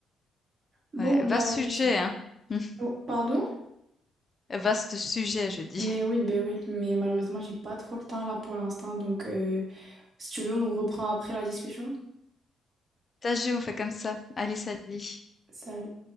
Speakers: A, on the right; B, on the left.
A: Bon,
B: ouais,
A: ben,
B: vaste sujet,
A: je suis...
B: hein? <laughs>
A: oh, pardon?
B: Vaste sujet, je dis.
A: Mais oui, ben oui. Mais malheureusement, j'ai pas trop le temps là pour l'instant. Donc, euh, si tu veux, on reprend après la discussion.
B: Ça joue, on fait comme ça. Allez, salut.
A: Salut.